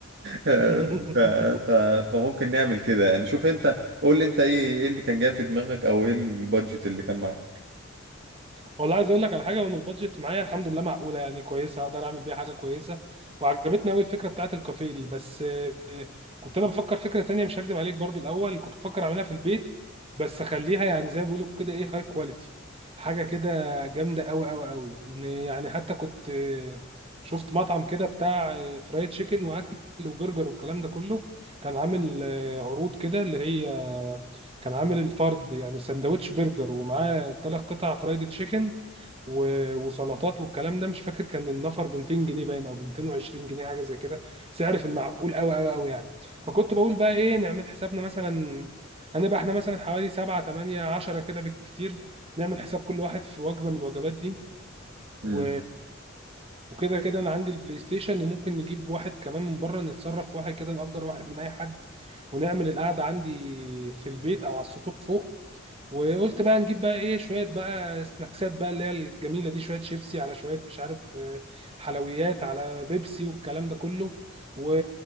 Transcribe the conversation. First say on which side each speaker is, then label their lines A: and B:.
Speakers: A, on the right (about 60°); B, on the right (about 30°).
A: ف...
B: <laughs>
A: ف... فممكن نعمل كده يعني شوف انت قول لي انت ايه ايه اللي كان جاي في دماغك او ايه البادجت اللي كان معاك
B: والله عايز اقول لك على حاجه وان البادجت معايا الحمد لله معقوله يعني كويسه اقدر اعمل بيها حاجه كويسه وعجبتني قوي الفكره بتاعت الكافيه دي بس آه، كنت انا بفكر فكره تانية مش هكدب عليك برضو الاول كنت بفكر اعملها في البيت بس اخليها يعني زي ما بيقولوا كده ايه هاي كواليتي حاجه كده جامده قوي قوي قوي يعني حتى كنت آه، شفت مطعم كده بتاع آه، فرايد تشيكن واكل وبرجر والكلام ده كله كان عامل آه، عروض كده اللي هي كان عامل الفرد يعني سندوتش برجر ومعاه ثلاث قطع فرايد تشيكن و- وسلطات والكلام ده مش فاكر كان النفر ب 200 جنيه باين او ب 220 جنيه حاجه زي كده سعر في المعقول قوي قوي قوي يعني فكنت بقول بقى ايه نعمل حسابنا مثلا هنبقى احنا مثلا حوالي 7 8 10 كده بالكتير نعمل حساب كل واحد في وجبه من الوجبات دي
A: امم
B: و... وكده كده انا عندي البلاي ستيشن وممكن نجيب واحد كمان من بره نتصرف في واحد كده نأجر واحد من اي حد ونعمل القعده عندي في البيت او على السطوح فوق وقلت بقى نجيب بقى ايه شويه بقى سناكسات بقى اللي هي الجميله دي شويه شيبسي على شويه مش عارف آه، حلويات على بيبسي والكلام ده كله و...